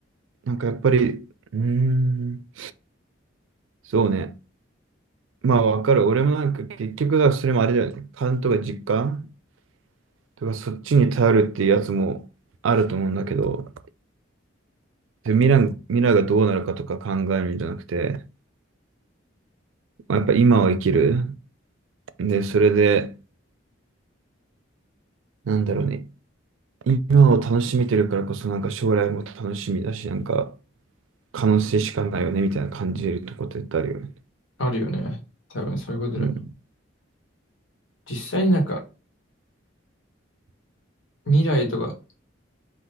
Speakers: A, on the right; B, on the left.
A: なんかやっぱりうーんそうねまあわかる俺もなんか結局はそれもあれだよね勘とか実感とかそっちに頼るっていうやつもあると思うんだけどで未来、未来がどうなるかとか考えるんじゃなくて、まあやっぱ今を生きる。で、それで、なんだろうね。今を楽しめてるからこそ、なんか将来も楽しみだし、なんか可能性しかないよね、みたいな感じるとこってあるよね。
B: あるよね。多分そういうことだよな。
A: うん。
B: 実際になんか、未来とか